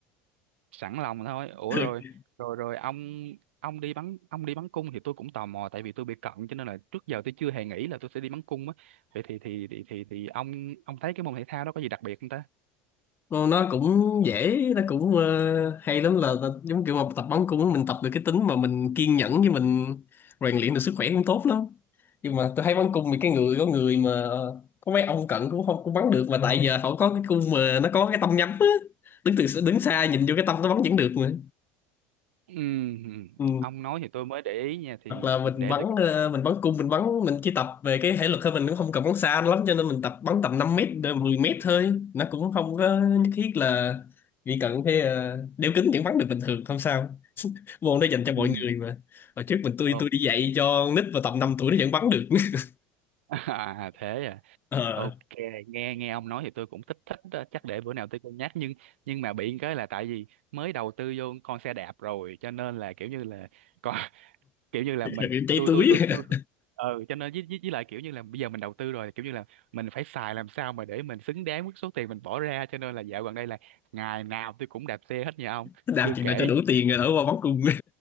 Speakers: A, on the right; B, on the left.
A: sẵn lòng thôi ủa
B: <laughs>
A: rồi rồi rồi ông ông đi bắn ông đi bắn cung thì tôi cũng tò mò tại vì tôi bị cận cho nên là trước giờ tôi chưa hề nghĩ là tôi sẽ đi bắn cung á vậy thì thì thì thì, thì ông ông thấy cái môn thể thao đó có gì đặc biệt không ta
B: Nó nó cũng dễ nó cũng ờ, hay lắm là là giống kiểu mà tập bóng cũng mình tập được cái tính mà mình kiên nhẫn với mình rèn luyện được sức khỏe cũng tốt lắm nhưng mà tôi thấy bắn cung thì cái người có người mà có mấy ông cận cũng không cũng bắn được mà tại giờ họ có cái cung mà nó có cái tông nhắm á đứng từ đứng xa nhìn vô cái tông nó bắn vẫn được mà
A: Ừm,
B: ừ.
A: ông nói thì tôi mới để ý nha thì
B: hoặc là mình
A: để
B: bắn
A: tôi coi.
B: ờ, mình bắn cung mình bắn mình chỉ tập về cái thể lực thôi mình cũng không cần bắn xa lắm cho nên mình tập bắn tầm 5 mét đến 10 mét thôi nó cũng không có nhất thiết là vì cần cái ờ, đeo kính vẫn bắn được bình thường không sao môn đó dành cho mọi
A: Ừm,
B: người mà hồi trước mình tôi
A: ồ
B: tôi đi dạy cho con nít vào tầm 5 tuổi nó vẫn bắn được <laughs>
A: <laughs> à, thế à
B: ờ
A: Ok, nghe nghe ông nói thì tôi cũng thích thích đó. Chắc để bữa nào tôi cân nhắc nhưng nhưng mà bị cái là tại vì mới đầu tư vô con xe đạp rồi cho nên là kiểu như là còn <laughs> kiểu như là mình
B: đừng cháy
A: tôi
B: túi
A: tôi tôi tôi
B: <laughs>
A: ừ cho nên với, với, với lại kiểu như là bây giờ mình đầu tư rồi kiểu như là mình phải xài làm sao mà để mình xứng đáng với số tiền mình bỏ ra cho nên là dạo gần đây là ngày nào tôi cũng đạp xe hết nha ông
B: làm
A: chưa
B: chuyện
A: kể
B: nào cho đủ tiền rồi đỡ qua bắn cung